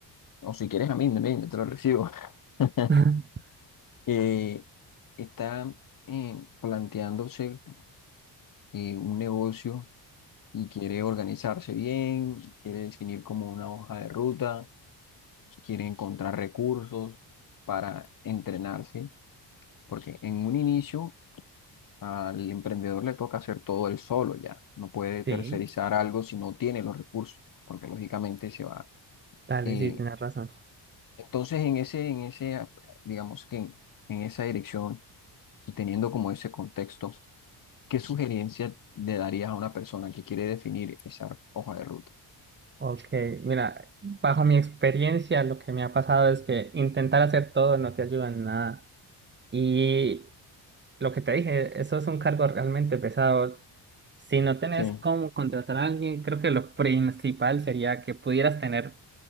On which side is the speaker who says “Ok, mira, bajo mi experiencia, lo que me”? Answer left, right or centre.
Right